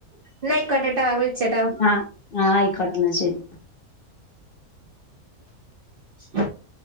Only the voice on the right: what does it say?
ന്ന ആയ്ക്കോട്ടെട്ടോ വിളിച്ചട്ടോ.
ആഹ്